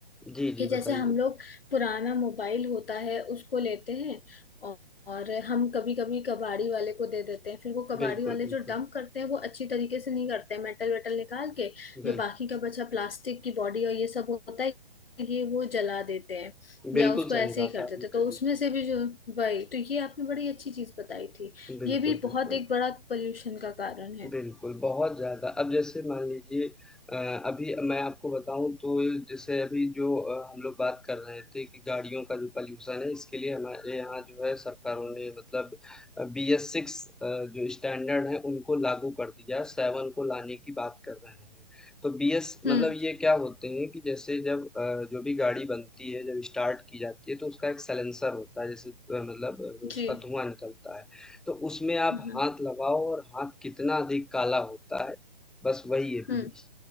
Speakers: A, in the centre; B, on the left (about 75°).
A: जी,
B: कि
A: जी
B: जैसे
A: बताइए।
B: हम लोग पुराना मोबाइल होता है उसको लेते हैं और, और हम कभी कभी कबाड़ी वाले को दे देते हैं फिर वो कबाड़ी
A: बिल्कुल,
B: वाले
A: बिल्कुल,
B: जो डंप करते हैं वो अच्छी तरीके से नहीं करते हैं मेटल वेटल निकाल के
A: बिल्कुल।
B: जो बाकी का बचा प्लास्टिक की बॉडी और ये सब होता है ये वो जला देते हैं या
A: बिल्कुल
B: उसको
A: सही
B: ऐसे ही
A: बात
B: कर देते
A: आपने
B: हैं। तो
A: कही।
B: उसमें से भी जो वही तो ये आपने बड़ी अच्छी चीज बताई थी
A: बिल्कुल,
B: ये भी बहुत
A: बिल्कुल।
B: एक बड़ा पोल्यूशन का कारण है
A: बिल्कुल, बहुत ज़्यादा। अब जैसे मान लीजिए अ, अभी मैं आपको बताऊँ तो जैसे अभी जो अ, हम लोग बात कर रहे थे कि गाड़ियों का जो पॉल्यूशन है इसके लिए हमारे यहाँ जो है सरकारों ने मतलब अ, बीएस 6 अ, जो स्टैंडर्ड है उनको लागू कर दिया, 7 को लाने की बात कर रहे हैं। तो बीएस मतलब
B: हम्म
A: ये क्या होते हैं कि जैसे जब अ, जो भी गाड़ी बनती है, जब स्टार्ट की जाती है तो उसका एक साइलेंसर होता है जैसे अ, मतलब
B: जी
A: उसका धुआँ निकलता है। तो उसमें आप
B: हाँ
A: हाथ लगाओ और हाथ कितना अधिक काला होता है, बस वही है
B: हम्म
A: पीयूष।